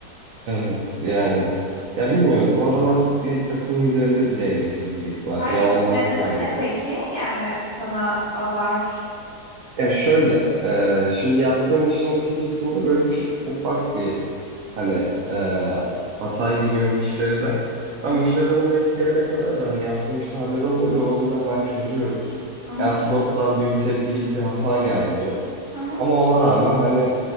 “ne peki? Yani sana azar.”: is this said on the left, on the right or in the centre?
Left